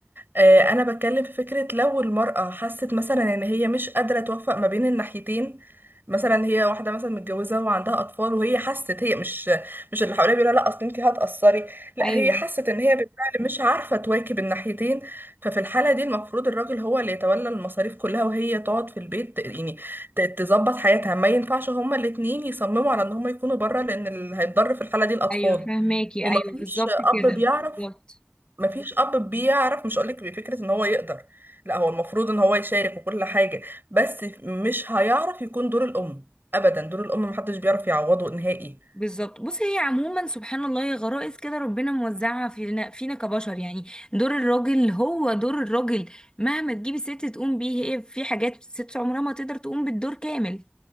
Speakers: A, on the right; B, on the left.
A: آه، انا بتكلم في فكرة لو المرأة حست مثلا ان هي مش قادرة توفق ما بين الناحيتين مثلا هي واحدة مثلا متجوزة وعندها أطفال وهي حست هي مش مش اللي حواليها بيقولها لا أصل انتي هتقصري لا
B: ايوه
A: هي حست ان هي بالفعل مش عارفة تواكب الناحيتين ففي الحالة دي المفروض الراجل هو اللي يتولى المصاريف كلها وهي تقعد في البيت يعني ت- تظبط حياتها ما ينفعش هما الاتنين يصمموا على ان هما يكونوا بره لأن اللي هيتضر في الحالة دي الأطفال
B: ايوه فهماكي
A: ومفيش
B: ايوه بالظبط
A: أب
B: كده
A: بيعرف
B: بالظبط
A: مفيش اب بيعرف مش هقولك بفكره ان هو يقدر لا هو المفروض ان هو يشارك وكل حاجه بس مش هيعرف يكون دور الام ابدا دور الام محدش بيعرف يعوضه نهائي
B: بالظبط بص هي عموما سبحان الله هي غرائز كده ربنا موزعها فينا فينا كبشر يعني دور الراجل هو دور الراجل مهما تجيبي ست تقوم بيه هي في حاجات الست عمرها ما تقدر تقوم بالدور كامل